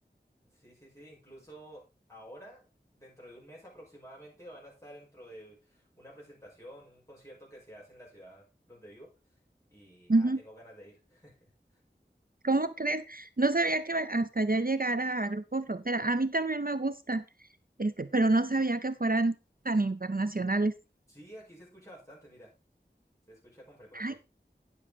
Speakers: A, on the left; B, on the right.
A: Sí, sí, sí. Incluso ahora, dentro de un mes aproximadamente, van a estar dentro de una presentación, un concierto que se hace en la ciudad donde vivo. Y nada,
B: Ujú,
A: tengo ganas de ir. <laughs>
B: ¿Cómo crees? No sabía que hasta allá llegara a Grupo Frontera. A mí también me gusta, este, pero no sabía que fueran tan internacionales.
A: Sí, aquí se escucha bastante, mira, se escucha con frecuencia.
B: Ay,